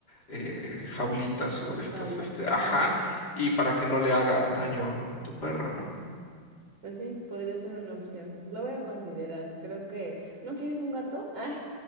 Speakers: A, on the left (about 60°); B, on the right (about 85°).
A: eh, jaulitas
B: En
A: o
B: Las
A: de estas,
B: jaulas.
A: este,
B: ujú.
A: ajá, y para que no le haga daño tu perro, ¿no?
B: Pues sí, podría ser una opción. Lo voy a considerar. Creo que... ¿No quieres un gato? <laughs> Ah,